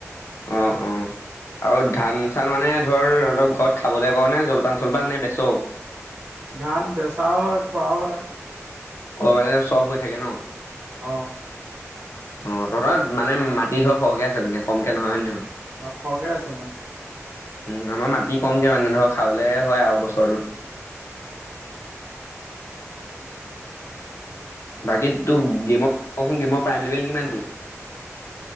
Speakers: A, on the left (about 60°); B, on the right (about 70°).
A: অ', অ'। আৰু ধান চান মানে ধৰ তহঁতৰ ঘৰত খাবলৈ কাৰণে জলপান চলপান নে বেচ'ও?
B: ধান বেচাও হয় খোৱাও হয়।
A: অ', মানে চব হৈ থাকে ন'।
B: অ'।
A: অ', তহঁতৰ মানে মাটি ধৰ সৰহকে আছে মানে কমকে নহয় হয় নে নহয়?
B: অ', সৰহকে আছে মাটি।
A: উম, আমাৰ মাটি কমকে মানে ধৰ খাবলে হয় আৰু বছৰটোত।
B: <inaudible>
A: <inaudible> বাকী তোৰ <unintelligible> প্ৰাইম লেবেল কিমান তোৰ?